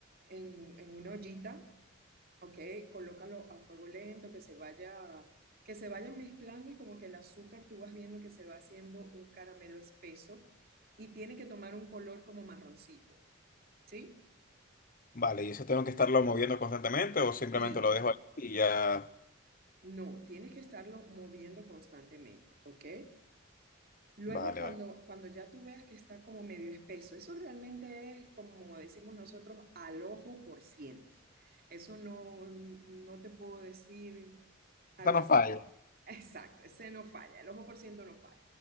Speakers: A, on the right; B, on the left.
A: en en una ollita Ok, colócalo a fuego lento, que se vaya, que se vaya mezclando y como que el azúcar tú vas viendo que se va haciendo un caramelo espeso y tiene que tomar un color como marroncito, ¿sí?
B: Vale, ¿y eso tengo que estarlo moviendo constantemente o simplemente
A: Sí,
B: lo dejo ahí y ya?
A: no, tienes que estarlo moviendo constantemente, ¿ok? Luego
B: Vale,
A: cuando,
B: vale.
A: cuando ya tú veas que está como medio espeso, eso realmente es como decimos nosotros al ojo por ciento. Eso no, no te puedo decir algo
B: Esta no
A: así.
B: falla.
A: Exacto, ese no falla, el ojo por ciento no falla.